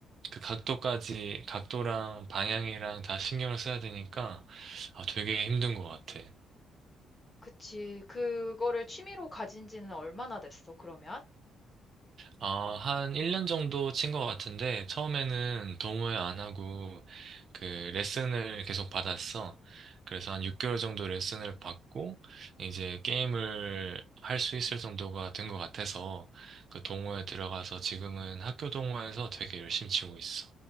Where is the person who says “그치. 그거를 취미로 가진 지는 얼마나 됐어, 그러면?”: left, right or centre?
Left